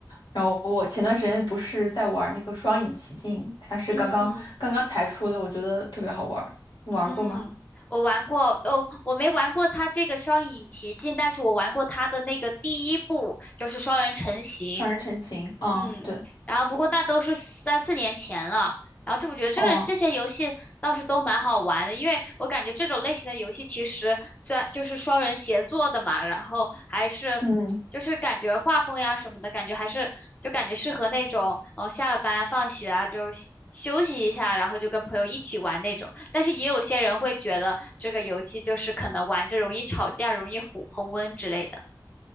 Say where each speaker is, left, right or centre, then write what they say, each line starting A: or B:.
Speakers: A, on the left; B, on the left.
A: 然后我前段时间不是在玩那个《双影奇境》，它是刚刚刚刚才出的，
B: 嗯
A: 我觉得特别好玩儿你玩过吗？
B: 嗯，我玩过哦，我没玩过它这个双影奇境，但是我玩过它的那个第一部，就是双人成行，
A: 《双人成行》啊，
B: 嗯，
A: 对，
B: 然后不过那都是三四年前了。然后这我觉得这个这些游戏倒是都蛮好玩的，
A: 哦，
B: 因为我感觉这种类型的游戏其实虽然就是双人协作的嘛，然后还是就是感觉画风呀什么的，
A: 嗯，
B: 感觉还是就感觉适合那种呃下了班啊放学啊就休休息一下，然后就跟朋友一起玩那种。但是也有些人会觉得这个游戏就是可能玩着容易吵架、容易红红温之类的。